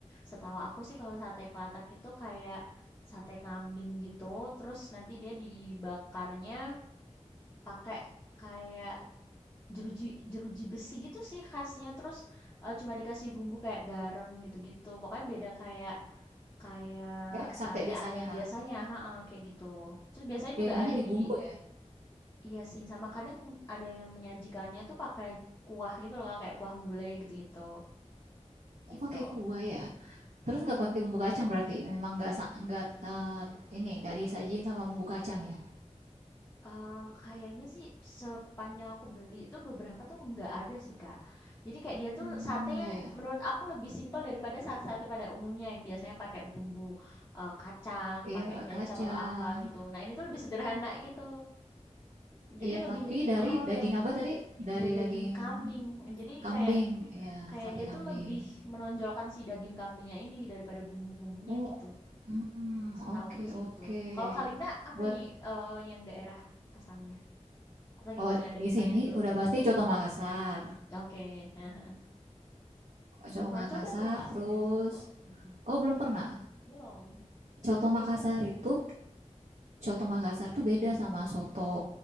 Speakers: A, on the left (about 20°); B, on the right (about 80°).
A: Setahu aku sih kalau sate kelatak itu kayak sate kambing gitu, terus nanti dia dibakarnya pakai kayak jeruji jeruji besi gitu sih khasnya terus eh, cuma dikasih bumbu kayak garam gitu-gitu pokoknya beda kayak kayak
B: kayak sate
A: sate
B: biasanya.
A: ayam biasanya ha ha, kayak gitu terus biasanya
B: Bedanya
A: juga ada
B: di
A: di
B: bumbu ya.
A: iya sih sama kadang ada yang menyajikannya tuh pakai kuah gitu loh Kak, kayak kuah gulai gitu-gitu gitu
B: Oh, pakai kuah ya. Terus
A: mm
B: nggak pakai bumbu kacang berarti? Memang nggak sa- nggak eh, ini nggak disajin sama bumbu kacang ya?
A: Eh, kayaknya sih sepanjang aku beli tuh beberapa tuh nggak ada sih Kak. Jadi kayak dia tuh
B: Hmm,
A: sate yang
B: iya, iya.
A: menurut aku lebih simpel daripada sate-sate pada umumnya yang biasanya pakai bumbu eh, kacang,
B: Iya,
A: pakai kecap
B: kacang.
A: atau apa gitu. Nah ini tuh lebih sederhana gitu. Jadi
B: Iya,
A: lebih
B: tapi dari
A: oh, oh
B: daging
A: ya
B: apa tadi? Dari
A: da- daging
B: daging
A: kambing. Jadi
B: kambing,
A: kayak
B: ya,
A: kayak
B: sate
A: dia
B: kambing.
A: tuh lebih menonjolkan si daging kambingnya ini gitu daripada bumbu-bumbunya
B: Oh,
A: gitu.
B: hmm,
A: Setahuku
B: oke
A: sih
B: oke.
A: gitu. Kalau Kalina apa
B: Buat
A: nih eh, yang daerah asalnya? Atau gimana?
B: oh,
A: Ada
B: di
A: pertanyaan
B: sini
A: dulu.
B: udah pasti Coto Makassar.
A: Oke, haha.
B: Coto
A: Belum pernah
B: Makassar
A: coba tuh Kak
B: terus
A: aku yang soto. Mm-mm.
B: oh belum pernah.
A: Belum.
B: Coto
A: Itu kayak
B: Makassar
A: gimana tuh?
B: itu Coto Makassar tuh beda sama soto.